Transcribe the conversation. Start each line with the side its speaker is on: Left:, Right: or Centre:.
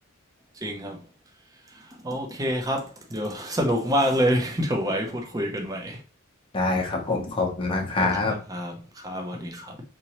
Right: จริงครับ โอเคครับ เดี๋ยวสนุกมากเลย <laughs> เดี๋ยวไว้พูดคุยกันใหม่
Left: ได้ครับผมขอบคุณมากครับ
Right: ครับครับสวัสดีครับ